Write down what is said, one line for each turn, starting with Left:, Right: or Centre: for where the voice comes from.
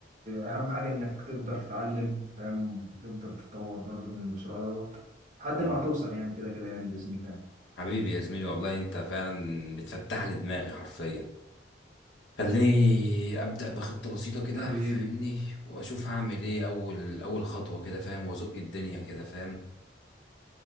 Right: اهم حاجه انك تفضل تتعلم فاهم وتفضل تتطور برضو من المشروع دوت لحد
Left: امم
Right: ما هتوصل يعني كده كده يعني باذن الله
Left: حبيبي يا زميلي والله انت فعلا بتفتح لي دماغي حرفيا خليني ابدا بخطه بسيطه كده
Right: حبيبي
Left: فاهمني واشوف هعمل ايه اول اول خطوه كده فاهم وازق الدنيا كده فاهم